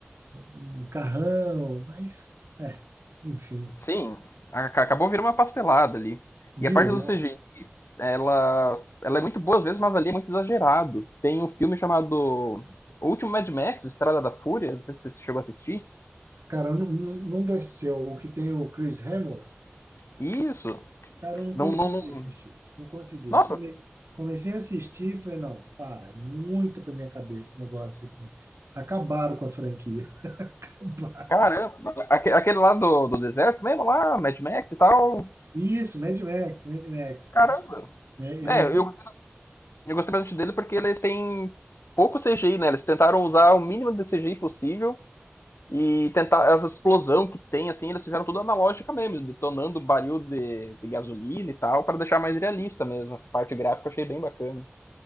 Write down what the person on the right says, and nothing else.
Um carrão, mas, é, enfim,
virou.
Cara, não, não não desceu. O que tem o Chris Hemsworth,
cara, eu não
consegui
assistir. Não consegui.
Come, comecei a assistir e falei, não, para, muito pra minha cabeça esse negócio aqui. Acabaram com a franquia. <laughs>
Isso, Mad Max, Mad Max.
É, é,
mas,